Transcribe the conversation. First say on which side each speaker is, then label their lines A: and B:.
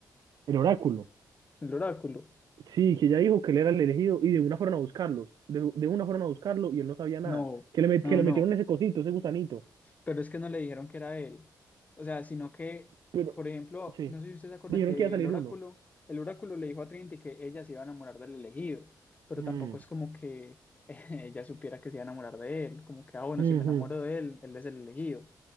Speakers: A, on the right; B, on the left.
A: El oráculo.
B: El oráculo.
A: Sí, que ella dijo que él era el elegido y de una fueron a buscarlos, de, de una fueron a buscarlo y él no sabía nada,
B: No,
A: que le, met-
B: no,
A: que le
B: no.
A: metieron ese cosito, ese gusanito,
B: Pero es que no le dijeron que era él. O sea, sino que,
A: pero
B: por ejemplo,
A: sí,
B: no sé si usted se acuerda
A: dijeron
B: que
A: que iba a salir
B: el oráculo,
A: uno.
B: el oráculo le dijo a Trinity que ella se iba a enamorar del elegido, pero
A: Mm,
B: tampoco es como que <laughs> ella supiera que se iba a enamorar de él, como que, ah, bueno,
A: ujú,
B: si me enamoro de él, él es el elegido.